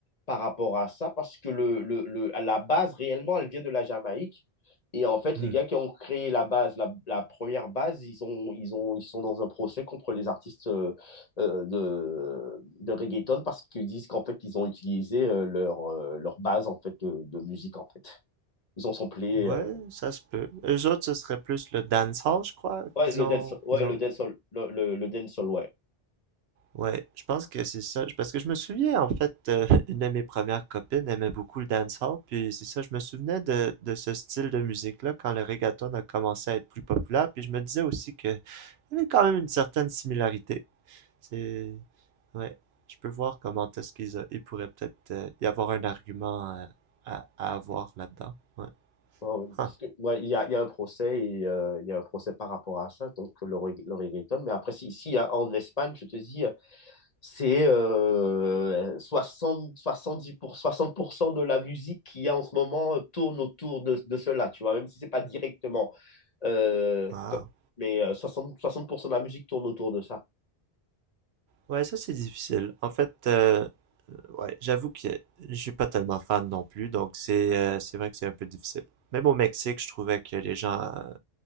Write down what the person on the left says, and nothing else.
par rapport à ça parce que le, le, le- à la base, réellement, elle vient de la Jamaïque. Et en fait,
les gars qui ont créé la base, la, la première base, ils ont, ils ont, ils sont dans un procès contre les artistes euh, euh, de, de reggaeton parce qu'ils disent qu'en fait, ils ont utilisé euh, leur, euh, leur base en fait, de, de musique, en fait. Ils ont samplé...
euh,
Ouais,
le
dance, ouais,
le
dancehall, le, le, le dancehall, ouais.
Ouais, ouais.
Parce que, ouais, il y a, il y a un procès et euh, il y a un procès par rapport à ça, donc le, reg- le reggaeton. Mais après, si, si hein, en Espagne, je te dis, euh, c'est euh, soixante dix pour, 60% de la musique qu'il y a en ce moment euh, tourne autour de, de cela, tu vois, même si c'est pas directement. euh,
co- mais euh, 60, 60% de la musique tourne autour de ça.